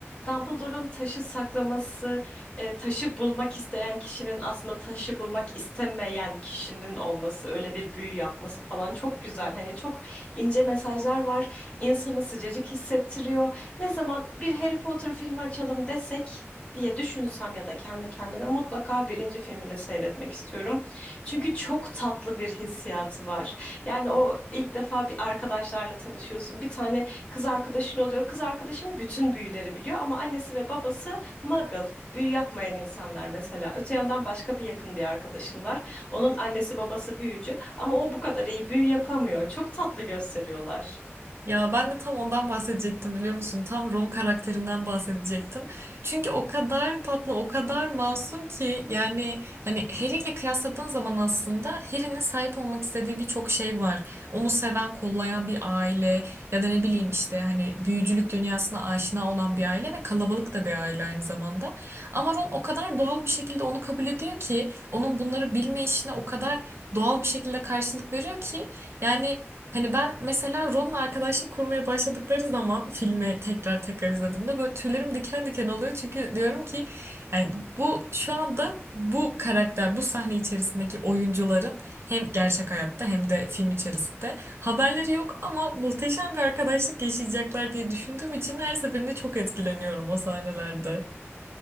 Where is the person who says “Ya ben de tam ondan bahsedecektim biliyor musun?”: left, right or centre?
Right